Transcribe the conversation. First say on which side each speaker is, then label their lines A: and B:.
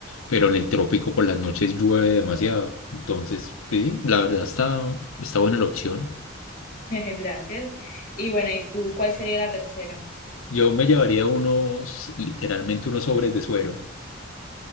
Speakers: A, on the left (about 80°); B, on the left (about 40°).
A: pero en el trópico por las noches llueve demasiado. Entonces, pues, sí, la verdad está, está buena la opción.
B: <laughs> Gracias. Y bueno, ¿y tú cuál sería la tercera?
A: Yo me llevaría unos, literalmente unos sobres de suero.